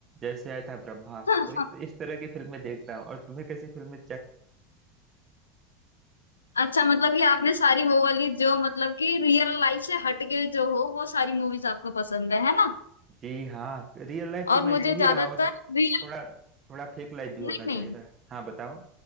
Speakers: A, on the right; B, on the left.
A: जैसे आया था ब्रह्मास्त्र
B: <laughs>
A: तो इस, इस तरह की फिल्में देखता हूँ और तुम्हें कैसी फिल्में
B: अच्छा मतलब कि आपने सारी वो वाली जो मतलब कि रियल लाइफ से हटके जो हो वो सारी मूवीज आपको पसंद है है ना
A: जी हाँ रियल लाइफ
B: और
A: तो मैं
B: मुझे
A: जी ही
B: ज्यादातर
A: रहा हूँ
B: रियल
A: थोड़ा थोड़ा फेक लाइफ भी
B: नहीं
A: होना चाहिए
B: नहीं
A: था हाँ बताओ